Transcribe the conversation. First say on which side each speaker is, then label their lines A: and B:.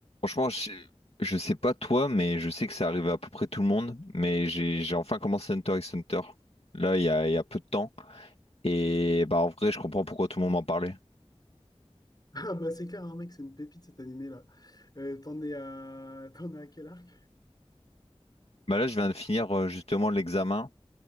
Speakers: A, on the left; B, on the left.
A: Franchement, je, je sais pas toi, mais je sais que ça arrive à peu près tout le monde. Mais j'ai j'ai enfin commencé Hunter x Hunter. Là, il y a, il y a peu de temps. Et bah en vrai, je comprends pourquoi tout le monde m'en parlait.
B: Ah bah c'est clair, hein, mec, c'est une pépite cet animé-là. Euh, t'en es à... <laughs> t'en es à quel arc?
A: Bah là, je viens de finir euh, justement l'examen.